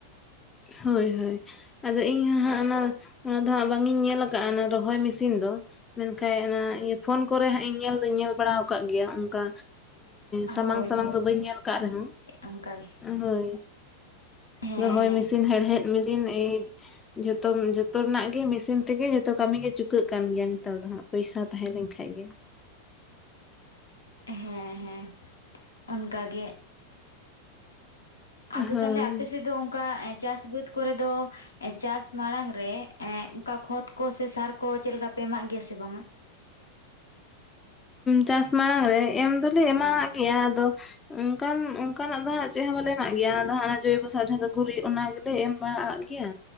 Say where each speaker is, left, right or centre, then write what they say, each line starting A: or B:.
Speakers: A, on the left; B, on the left.
A: ᱦᱳᱭ ᱦᱳᱭ ᱟᱫᱚ ᱤᱧ ᱦᱚᱸ ᱦᱟᱸᱜ ᱚᱱᱟ ᱚᱱᱟ ᱫᱚ ᱦᱟᱸᱜ ᱵᱟᱝ ᱤᱧ ᱧᱮᱞ ᱟᱠᱟᱫᱟᱼᱟ ᱚᱱᱟ ᱨᱚᱦᱚᱭ ᱢᱮᱥᱤᱱ ᱫᱚ ᱢᱮᱱᱠᱷᱟ ᱚᱱᱟ ᱯᱷᱳᱱ ᱠᱚᱨᱮ ᱦᱟᱜ‌ ᱤᱧ ᱧᱮᱞ ᱫᱩᱧ ᱧᱮᱞ ᱵᱟᱲᱟ ᱟᱠᱟᱟᱜ ᱜᱮᱭᱟ ᱚᱱᱠᱟ ᱥᱟᱢᱟᱝ
B: ᱦᱳᱭ
A: ᱥᱟᱢᱟᱝ
B: ᱦᱳᱭ
A: ᱫᱚ ᱵᱟᱹᱧ ᱧᱮᱞ ᱠᱟᱜ ᱨᱮᱦᱚᱸ
B: ᱚᱱᱠᱟᱜᱮ
A: ᱦᱳᱭ
B: ᱦᱮᱸ
A: ᱨᱚᱦᱚᱭ ᱢᱮᱥᱤᱱ <unintelligible> ᱡᱚᱛᱚ ᱡᱷᱚᱛᱚ ᱨᱮᱱᱟᱜ ᱢᱮᱥᱤᱱ ᱛᱮᱜᱮ ᱡᱷᱚᱛᱚ ᱠᱟᱹᱢᱤ ᱜᱮ ᱪᱩᱠᱟᱹᱜ ᱠᱟᱱ ᱜᱮᱭᱟ ᱱᱮᱛᱟᱨ ᱫᱚ ᱦᱟᱸᱜ ᱾ ᱯᱚᱭᱥᱟ ᱛᱟᱦᱮᱸ ᱞᱮᱱ ᱠᱷᱟᱡ ᱜᱤ᱾
B: ᱦᱮᱸ ᱦᱮᱸ ᱚᱱᱠᱟ ᱜᱮ ᱟᱫᱚ
A: ᱜᱮ ᱦᱳᱭ
B: ᱛᱟᱦᱚᱞᱮ ᱟᱯᱮ ᱥᱮᱫ ᱫᱚ ᱚᱱᱠᱟ ᱪᱟᱥ ᱵᱟᱹᱫᱽ ᱠᱚᱨᱮ ᱫᱚ ᱪᱟᱥ ᱢᱟᱲᱟᱝ ᱨᱮ ᱮ ᱚᱱᱠᱟ ᱠᱷᱚᱛ ᱠᱚ ᱥᱮ ᱥᱟᱨ ᱠᱚ ᱪᱮᱫ ᱞᱮᱠᱟ ᱯᱮ ᱮᱢᱟᱜ ᱜᱮᱭᱟ ᱥᱮ ᱵᱟᱝ? <inaudible>
A: ᱪᱟᱥ ᱢᱟᱲᱟᱝ ᱨᱮ ᱮᱢ ᱫᱚᱞᱮ ᱮᱢᱟᱣᱟᱜ ᱜᱮᱭᱟ, ᱟᱫᱚ ᱚᱱᱠᱟᱱ ᱚᱱᱠᱟᱱᱟᱜ ᱫᱚ ᱦᱟᱜ ᱪᱮᱫ ᱦᱚᱸ ᱵᱟᱞᱮ ᱮᱢᱟᱜ ᱜᱮᱭᱟ ᱫᱚ ᱚᱱᱟ ᱡᱳᱚᱭᱵᱚᱥᱟᱨ ᱡᱟᱦᱟᱸ ᱫᱚ ᱜᱩᱨᱤᱡ ᱚᱱᱟ ᱞᱮ ᱮᱢ ᱵᱟᱲᱟᱜ ᱜᱮᱭᱟ